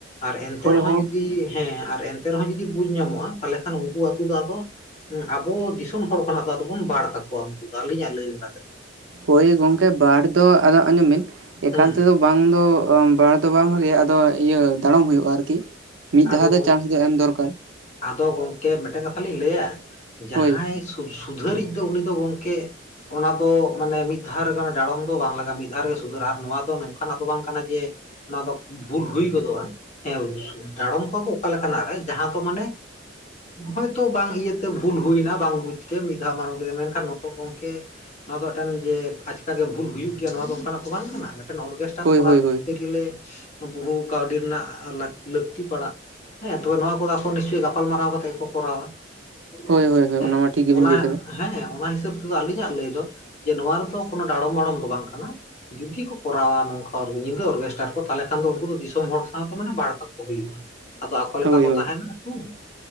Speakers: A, on the left (about 40°); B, on the right (about 80°).
A: ᱟᱨ ᱮᱱᱛᱮ
B: ᱦᱳᱭ
A: ᱨᱮᱦᱚᱸ
B: ᱦᱳ
A: ᱡᱩᱫᱤ ᱦᱮᱸ ᱟᱨ ᱮᱱᱛᱮ ᱨᱮᱦᱚᱸ ᱡᱩᱫᱤ ᱵᱩᱡᱽ ᱧᱟᱢᱚᱜᱼᱟ ᱛᱟᱦᱚᱞᱮ ᱠᱷᱟᱱ ᱩᱱᱠᱩ ᱟᱛᱩ ᱫᱚ ᱟᱫᱚ ᱟᱵᱚ ᱫᱤᱥᱚᱢ ᱦᱚᱲ ᱠᱷᱚᱱᱟᱜ ᱫᱚ ᱟᱫᱚ ᱵᱚᱱ ᱵᱟᱲ ᱠᱟᱠᱚᱣᱟ ᱩᱱᱠᱩ ᱫᱚ ᱟᱹᱞᱤᱧᱟᱜ ᱞᱟᱹᱭ ᱞᱮᱠᱟᱛᱮ ᱫᱚ
B: ᱦᱳᱭ ᱜᱚᱝᱠᱮ ᱵᱟᱨ ᱫᱚ ᱟᱫᱚ ᱟᱸᱡᱚᱢ ᱵᱤᱱ ᱮᱠᱟᱞ
A: ᱦᱮᱸ
B: ᱛᱮᱫᱚ ᱵᱟᱝ ᱫᱚ ᱵᱟᱲ ᱫᱚ ᱵᱟᱝ ᱵᱷᱟᱜᱮᱭᱟ ᱟᱫᱚ ᱤᱭᱟᱹ ᱫᱟᱲᱚᱢ ᱦᱩᱭᱩᱜᱼᱟ ᱟᱨᱠᱤ ᱢᱤᱫ ᱫᱷᱟᱣ
A: ᱟᱫᱚ
B: ᱫᱚ
A: ᱜᱚᱝᱠᱮ
B: ᱪᱟᱱᱥ ᱫᱚ ᱮᱢ ᱫᱚᱨᱠᱟᱨ
A: ᱟᱫᱚ ᱜᱚᱢᱠᱮ ᱢᱤᱫᱴᱮᱱ ᱠᱟᱛᱷᱟ ᱞᱤᱧ ᱞᱟᱹᱭᱟ ᱡᱟᱦᱟᱸᱭ
B: ᱦᱳᱭ
A: ᱥᱩᱨ ᱥᱩᱫᱷᱟᱹᱨᱤᱡ ᱫᱚ ᱩᱱᱤ ᱫᱚ ᱜᱚᱢᱠᱮ ᱚᱱᱟ ᱫᱚ ᱢᱟᱱᱮ ᱢᱤᱫ ᱫᱷᱟᱣ ᱨᱮᱜᱮ ᱰᱟᱲᱚᱢ ᱫᱚ ᱵᱟᱝ ᱞᱟᱜᱟᱜᱼᱟ ᱢᱤᱫ ᱫᱷᱟᱣ ᱨᱮᱜᱮ ᱥᱩᱫᱷᱟᱹᱨᱟ ᱟᱨ ᱱᱚᱣᱟ ᱫᱚ ᱱᱚᱝᱠᱟᱱᱟᱜ ᱫᱚ ᱵᱟᱝ ᱠᱟᱱᱟ ᱡᱮ ᱚᱱᱟ ᱫᱚ ᱵᱷᱩᱞ ᱦᱩᱭ ᱜᱚᱫᱚᱜᱼᱟ ᱦᱮᱸ ᱫᱟᱲᱚᱢ ᱠᱚᱣᱟ ᱠᱚ ᱚᱠᱟ ᱞᱮᱠᱟᱱᱟᱜ ᱨᱮ ᱡᱟᱦᱟᱸ ᱫᱚ ᱢᱟᱱᱮ ᱦᱚᱭᱛᱚ ᱵᱟᱝ ᱤᱭᱟᱹ ᱛᱮ ᱵᱷᱩᱞ ᱦᱩᱭᱱᱟ ᱵᱟᱝ ᱵᱩᱡᱽ ᱛᱮ ᱢᱤᱫ ᱫᱷᱟᱣ <inaudible> ᱠᱮᱫ ᱢᱮᱱᱠᱷᱟᱱ ᱜᱚᱝᱠᱮ ᱱᱚᱣᱟ ᱫᱚ ᱢᱤᱫᱴᱮᱱ ᱡᱮ ᱟᱪᱠᱟ ᱜᱮ ᱵᱷᱩᱞ ᱦᱩᱭᱩᱜ ᱜᱮᱭᱟ ᱱᱚᱣᱟ ᱫᱚ ᱚᱱᱠᱟᱱᱟᱜ ᱛᱚ ᱵᱟᱝ ᱠᱟᱱᱟ ᱢᱤᱫᱴᱮᱱ ᱚᱨᱠᱮᱥᱴᱟᱨ
B: ᱦᱳᱭ
A: ᱠᱚᱨᱟᱣ
B: ᱦᱳᱭ
A: ᱠᱚᱛᱮ
B: ᱦᱳᱭ
A: ᱜᱮᱞᱮ ᱵᱚᱦᱩ ᱠᱟᱹᱣᱰᱤ ᱨᱮᱱᱟᱜ ᱞᱟᱠ ᱞᱟᱹᱠᱛᱤ <inaudible> ᱯᱟᱲᱟᱜ ᱦᱮᱸ ᱛᱚᱵᱮ ᱱᱚᱶᱟ ᱠᱚᱫᱚ ᱟᱠᱚ ᱱᱤᱥᱪᱚᱭ ᱜᱟᱯᱟᱞᱢᱟᱨᱟᱣ ᱠᱟᱛᱮ ᱜᱮᱠᱚ ᱠᱚᱨᱟᱣᱟ
B: ᱦᱳᱭ
A: ᱦᱮᱸ
B: ᱦᱳᱭ ᱦᱳᱭ ᱚᱱᱟ ᱢᱟ ᱴᱷᱤᱠ ᱜᱮᱵᱤᱱ
A: ᱚᱱᱟ
B: ᱞᱟᱹᱭ ᱠᱟᱫᱟ᱾
A: ᱦᱮᱸ ᱚᱱᱟ ᱦᱤᱥᱟᱹᱵ ᱛᱮᱫᱚ ᱟᱹᱞᱤᱧᱟᱜ ᱞᱟᱹᱭ ᱫᱚ ᱡᱮ ᱱᱚᱣᱟ ᱨᱮᱫᱚ ᱠᱳᱱᱳ ᱰᱟᱲᱚᱢ ᱢᱟᱲᱚᱢ ᱫᱚ ᱵᱟᱝ ᱠᱟᱱᱟ ᱡᱩᱫᱤ ᱠᱚ ᱠᱚᱨᱟᱣᱟ ᱱᱚᱝᱠᱟ ᱚᱨᱜᱮ ᱧᱤᱫᱟᱹ ᱚᱨᱜᱮᱥᱴᱟᱨ ᱠᱚ ᱛᱟᱦᱞᱮ ᱠᱷᱟᱱ ᱫᱚ ᱩᱱᱠᱩ ᱫᱚ ᱫᱤᱥᱚᱢ ᱦᱚᱲ ᱥᱟᱶᱛᱮ ᱢᱟᱱᱮ ᱵᱟᱲ ᱠᱟᱠᱚ ᱠᱚ ᱦᱩᱭᱩᱜᱼᱟ ᱟᱫᱚ ᱟᱠᱚ ᱞᱮᱠᱟ
B: ᱦᱳᱭ
A: ᱠᱚ
B: ᱦᱳᱭ
A: ᱛᱟᱦᱮᱱᱟ ᱦᱩᱸ